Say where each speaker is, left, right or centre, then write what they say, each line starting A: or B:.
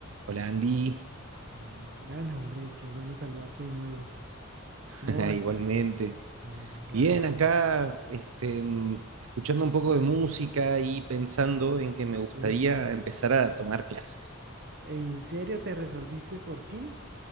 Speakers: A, on the right; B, on the right.
A: Hola Andy,
B: Que va, Adriana, hombre, qué bueno saludarte de nuevo.
A: <laughs>
B: ¿Cómo vas?
A: igualmente.
B: Mm, gracias.
A: Bien, acá este, mm, escuchando un poco de música y pensando en que me gustaría
B: Sí.
A: empezar a tomar clases.
B: ¿En serio te resolviste por fin?